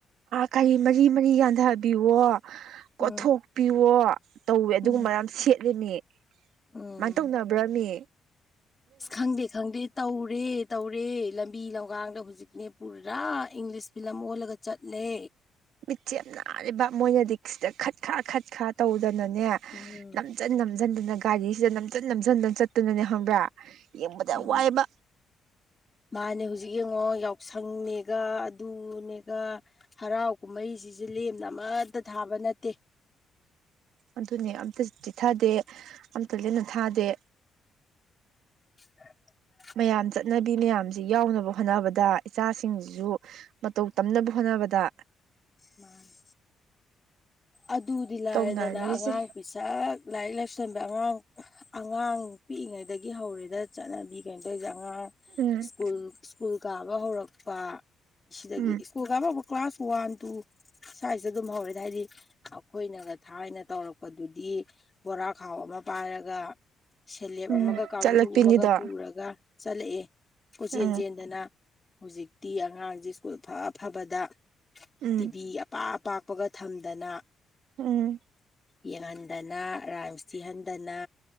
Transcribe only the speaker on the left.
ꯎꯝ
ꯎꯝ
ꯎꯝ
ꯑꯁ ꯈꯪꯗꯦ ꯈꯪꯗꯦ ꯇꯧꯔꯦ ꯇꯧꯔꯦ ꯂꯝꯕꯤ ꯂꯝꯒꯥꯡꯗ ꯍꯧꯖꯤꯛꯅꯦ ꯄꯨꯔꯥ ꯏꯪꯂꯤꯁ ꯐꯤꯂꯝ ꯑꯣꯜꯂꯒ ꯆꯠꯂꯦ
ꯎꯝ
ꯎꯝ
ꯃꯥꯅꯦ ꯍꯧꯖꯤꯛ ꯌꯦꯡꯉꯣ ꯌꯥꯎꯁꯪꯅꯦꯒ ꯑꯗꯨꯅꯦꯒ ꯍꯔꯥꯎ ꯀꯨꯝꯍꯩꯁꯤꯁꯨ ꯂꯦꯝꯅ ꯑꯃꯠꯇ ꯊꯥꯕ ꯅꯠꯇꯦ
<unintelligible>
ꯃꯅꯤ ꯑꯗꯨꯗꯤ ꯂꯥꯏꯗꯅ
ꯑꯉꯥꯡ ꯄꯤꯁꯛ ꯁꯛ ꯂꯥꯏꯔꯤꯛ ꯂꯥꯏ <unintelligible> ꯑꯉꯥꯡ ꯑꯉꯥꯡ ꯄꯤꯛꯏꯉꯩꯗꯒꯤ ꯍꯧꯔꯦꯗ ꯆꯠꯅꯕꯤ ꯀꯥꯏꯅ ꯇꯧꯔꯤꯁꯦ ꯑꯉꯥꯡ
ꯀꯨꯜ ꯁ꯭ꯀꯨꯜ ꯀꯥꯕ ꯍꯧꯔꯛꯄ ꯁꯤꯗꯒꯤ
ꯁ꯭ꯀꯨꯜ ꯀꯥꯕ ꯍꯧꯔꯛꯄ ꯀ꯭ꯂꯥꯁ ꯋꯥꯟ ꯇꯨ ꯁꯥꯏꯖꯤꯗ ꯑꯗꯨꯝ ꯍꯧꯔꯦ ꯍꯥꯏꯗꯤ ꯑꯩꯈꯣꯏꯅꯒ ꯊꯥꯏꯅ ꯇꯧꯔꯛꯄꯗꯨꯗꯤ ꯕꯣꯔꯥ ꯈꯥꯎ ꯑꯃ ꯄꯥꯏꯔꯒ ꯁꯦꯂꯦꯞ
ꯑꯃꯒ ꯀꯥꯡꯒ‌꯭ꯔꯨ
ꯑꯃꯒ ꯄꯨꯔꯒ ꯆꯠꯂꯛꯑꯦ ꯀꯣꯏꯆꯦꯟ
ꯆꯦꯟꯗꯅ ꯍꯨꯖꯤꯛꯇꯤ ꯑꯉꯥꯡꯖꯦ ꯁ꯭ꯀꯨꯜ ꯐꯥ ꯐꯕꯗ
ꯇꯤꯚꯤ ꯑꯄꯥꯛ ꯑꯄꯥꯛꯄꯒ ꯊꯝꯗꯅ
ꯌꯦꯡꯍꯟꯗꯅ ꯔꯥꯏꯝꯁ ꯊꯤꯍꯟꯗꯅ